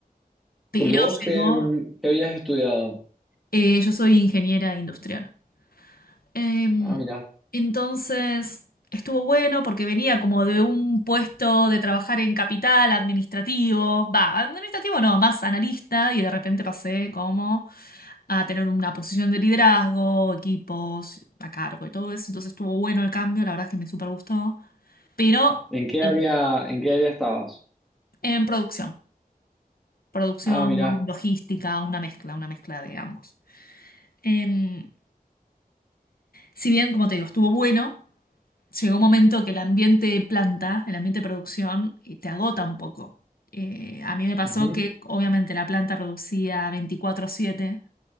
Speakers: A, on the left; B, in the centre.
A: pero
B: Porque vos, ¿qué,
A: llegó...
B: mm, qué habías estudiado?
A: Eh, yo soy ingeniera industrial. Em,
B: Ah, mira.
A: entonces, estuvo bueno porque venía como de un puesto de trabajar en capital administrativo, va, administrativo no, más analista y de repente pasé como a tener una posición de liderazgo, equipos a cargo y todo eso. Entonces estuvo bueno el cambio, la verdad es que me súper gustó, pero
B: ¿En qué
A: en,
B: área, en qué área estabas?
A: en producción, producción,
B: Ah, mira.
A: logística, una mezcla, una mezcla de ambos. Em, si bien, como te digo, estuvo bueno. llegó un momento que el ambiente de planta, el ambiente de producción, eh, te agota un poco. Eh, a mí me pasó
B: Ujú.
A: que obviamente la planta producía veinticuatro siete